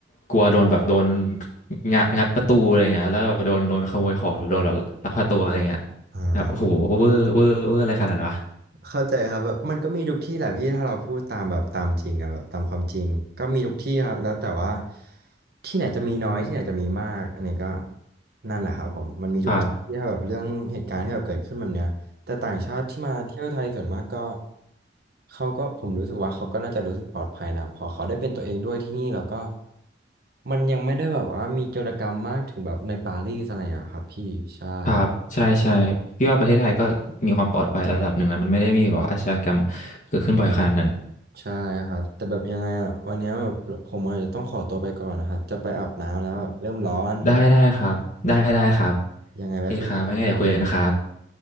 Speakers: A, on the left (about 45°); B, on the right (about 60°).
A: กลัวโดนแบบโดนงัดงัดประตูอะไรเงี้ยแล้วก็โดนโดนขโมยของหรือโดนแบบลักพาตัวอะไรเงี้ย
B: อ่า
A: ครับโอ้โหเวอร์เวอร์เวอร์อะไรขนาดนั้นวะ
B: เข้าใจครับแบบมันก็มีทุกที่แหละพี่ถ้าเราพูดตามแบบตามจริงอะแบบตามความจริงก็มีทุกที่ครับแล้วแต่ว่าที่ไหนจะมีน้อยที่ไหนจะมีมากอันนี้ก็นั่นแหละครับผมมันมีทุกที่ถ้าแบบเรื่องเหตุการณ์ที่แบบเกิดขึ้นแบบเนี้ยแต่ต่างชาติที่มาเที่ยวไทยส่วนมากก็
A: ครับ
B: เขาก็ผมรู้สึกว่าเขาก็น่าจะรู้สึกปลอดภัยนะพอเขาได้เป็นตัวเองด้วยที่นี่แล้วก็มันยังไม่ได้แบบว่ามีโจรกรรมมากถึงแบบในปารีสอะไรอะครับพี่ใช่ครับ
A: ครับใช่ใช่พี่ว่าประเทศไทยก็มีความปลอดภัยระดับหนึ่งแล้วมันไม่ได้มีแบบว่าอาชญากรรมเกิดขึ้นบ่อยขนาดนั้น
B: ใช่ครับแต่แบบยังไงอ่ะวันเนี้ยแบบผมอาจจะต้องขอตัวไปก่อนนะครับจะไปอาบน้ำแล้วแบบเริ่มร้อน
A: ได้ได้ครับได้ได้ครับ
B: ยังไงไว้คุยกัน
A: โอเคครับไว้ไงเดี๋ยวคุยกันครับ